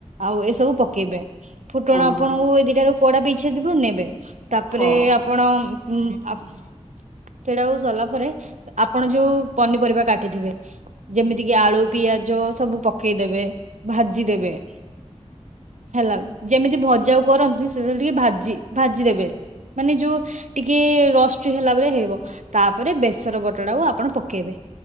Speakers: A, on the right; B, on the left.
A: ଆଉ ଏସବୁ ପକେଇବେ। ଫୁଟଣ
B: ହଁ
A: ଆପଣଙ୍କୁ
B: ହଁ ହଁ
A: ଏ ଦିଟ ର କଡା ପିଛା ଦେବେ ନେବେ। ତାପରେ
B: ହଉ।
A: ଆପଣ ଆ ସେଇଟାକୁ ସରିଲା ପରେ ଆପଣ ଯୋଉ ପନିପରିବା କାଟିଥିବେ ଯେମିତି କି ଆଳୁ ପିଆଜ ସବୁ ପକେଇଦେବେ ଭାଜିଦେବେ ହେଲା ଯେମିତି ଭଜା କରନ୍ତି ସେଟଳେ ଟିକେ ଭାଜି ଭାଜିଦେବେ। ମାନେ ଯୋଉ ଟିକେ ରଷ୍ଟ ହେଲା ପରେ ହେଇବ। ତାପରେ ବେସର ବଟ ଟାକୁ ଆପଣ ପକେଇବେ